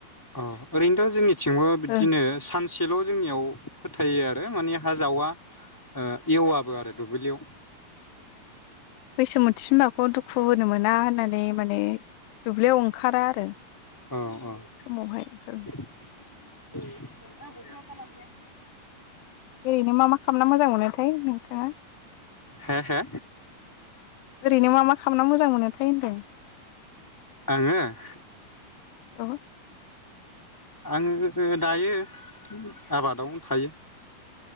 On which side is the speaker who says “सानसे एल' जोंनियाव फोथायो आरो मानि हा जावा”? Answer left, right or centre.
Centre